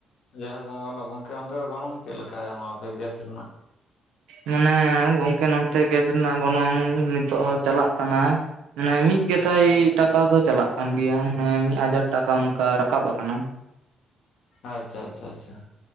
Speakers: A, on the left; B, on the right.
A: ᱞᱟᱹᱭᱟ ᱦᱚ ᱵᱟᱝ ᱜᱟᱱᱚᱜ ᱜᱚᱝᱠᱮ ᱚᱱᱛᱮ ᱫᱚ ᱜᱚᱱᱚᱝ ᱪᱮᱫ ᱞᱮᱠᱟ ᱱᱚᱣᱟ ᱟᱯᱮ ᱜᱮᱥ ᱨᱮᱱᱟᱜ?
B: ᱢᱟᱱᱮ ᱜᱚᱝᱠᱮ ᱱᱚᱱᱛᱮ ᱜᱮᱥ ᱨᱮᱱᱟᱜ ᱜᱚᱱᱚᱝ ᱱᱤᱛᱚᱜ ᱦᱚᱸ ᱪᱟᱞᱟᱜ ᱠᱟᱱᱟ ᱢᱟᱱᱮ ᱢᱤᱫ ᱜᱮᱥᱟᱭ ᱴᱟᱠᱟ ᱫᱚ ᱪᱟᱞᱟᱜ ᱠᱟᱱ ᱜᱮᱭᱟ ᱢᱟᱱᱮ ᱢᱤᱫ ᱦᱟᱡᱟᱨ ᱴᱟᱠᱟ ᱚᱱᱠᱟ ᱨᱟᱠᱟᱵ ᱟᱠᱟᱱᱟ᱾
A: ᱟᱪᱪᱷᱟ ᱟᱪᱪᱷᱟ ᱟᱪᱪᱷᱟ᱾